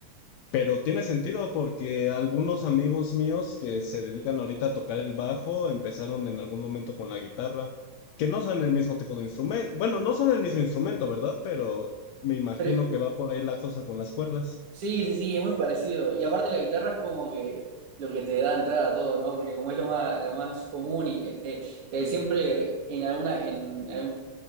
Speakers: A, on the left; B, on the right.
A: Pero tiene sentido porque algunos amigos míos que se dedican ahorita a tocar el bajo empezaron en algún momento con la guitarra, que no son el mismo tipo de instrumento. Bueno, no son el mismo instrumento, ¿verdad? Pero me imagino
B: Pero,
A: que va por ahí la cosa con las cuerdas.
B: sí, sí, sí, es muy parecido, y aparte la guitarra es como que lo que te da entrada a todo, ¿no? Porque como es lo más, lo más común y eh, eh, que siempre en alguna, en algún